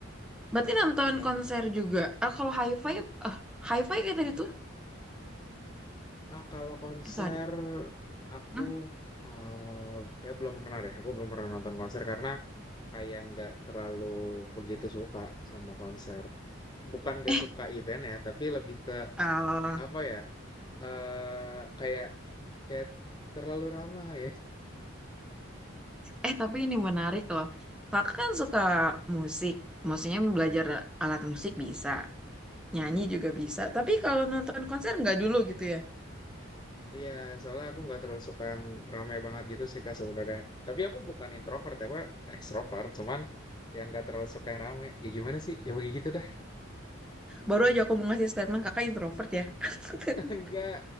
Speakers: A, in the centre; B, on the left.
A: Berarti nonton
B: Yang
A: konser juga. Ah, kalau hi-fi, ah, hi-fi kayak tadi tuh.
B: ah kalau konser
A: Eh, sorry.
B: aku
A: Hmm.
B: eh kayak belum pernah deh. Aku belum pernah nonton konser karena kayak nggak terlalu begitu suka sama konser. Bukan nggak
A: Eh,
B: suka event ya, tapi lebih ke
A: ah,
B: apa ya? eh kayak kayak terlalu ramai.
A: eh tapi ini menarik loh. Kakak kan suka musik. Maksudnya
B: Mm-mm,
A: belajar alat musik bisa. Nyanyi
B: mm-mm.
A: juga bisa. Tapi kalau nonton konser nggak dulu gitu ya.
B: Iya, soalnya aku nggak terlalu suka yang ramai banget gitu sih kak sebenarnya. Tapi aku bukan introvert ya, aku ekstrovert. Cuman ya nggak terlalu suka yang ramai. Ya gimana sih? Ya begitu dah.
A: Baru aja aku mau ngasih statement kakak introvert ya. <laughs>
B: <laughs> Enggak.